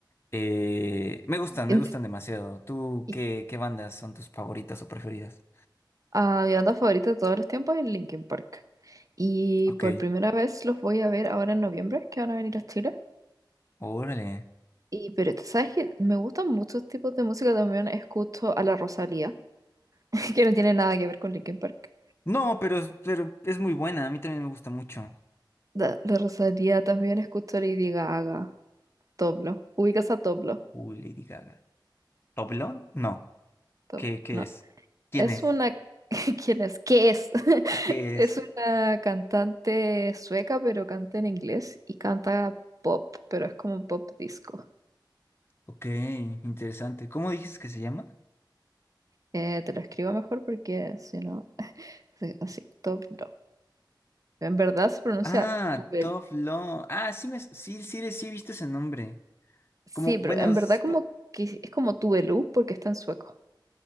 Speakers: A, on the left; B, on the right.
A: eh, me gustan,
B: En-
A: me gustan demasiado. ¿Tú
B: y-
A: qué, qué bandas son tus favoritas o preferidas?
B: ah, mi banda favorita de todos los tiempos es Linkin Park. Y
A: Ok,
B: por primera vez los voy a ver ahora en noviembre, que van a venir a Chile.
A: órale.
B: Y, pero tú sabes que me gustan muchos tipos de música. También escucho a la Rosalía, <laughs> que no tiene nada que ver con Linkin Park.
A: No, pero, pero es muy buena, a mí también me gusta mucho.
B: La, la Rosalía también escucho a Lady Gaga, Toblo. ¿Ubicas a Toblo?
A: Uy, Lady Gaga. ¿Oblong? No.
B: Toblo.
A: ¿Qué, qué
B: no.
A: es? ¿Quién
B: Es
A: es?
B: una... <laughs> ¿Quién es? ¿Qué es? <laughs>
A: ¿Qué
B: Es
A: es?
B: una cantante sueca, pero canta en inglés y canta pop, pero es como un pop disco.
A: Ok, interesante. ¿Cómo dices que se llama?
B: Eh, te lo escribo mejor porque si no, <laughs> sí, así, top no. En verdad se pronuncia
A: Ah,
B: Tubel.
A: Toflon. Ah, sí, me, sí, sí, sí he visto ese nombre.
B: Sí,
A: Como, bueno,
B: pero en
A: supo-
B: verdad como que es como Tubelú porque está en sueco.